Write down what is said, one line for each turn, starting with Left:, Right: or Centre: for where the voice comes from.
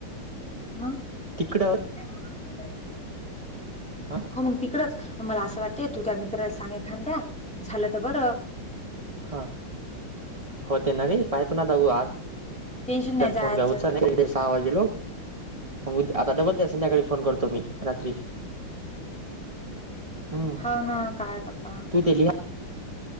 Centre: मग
Right: तिकडं
Centre: <unintelligible>
Right: हा
Centre: हो मग तिकडच मला असं वाटतेय तू त्या मित्राला सांग एखांद्या झालं तर बरं
Right: हा होते ना रे पाहतो ना दाऊ आज
Centre: टेन्शन नाही
Right: त्यां
Centre: जायचं
Right: फोन घ्यावूचा नाही. सहा वाजेलो मग उ आता डबलते संध्याकाळी फोन करतो मी रात्री हम्म
Centre: हा हा, काय बप्पा?
Right: तू ते लिहा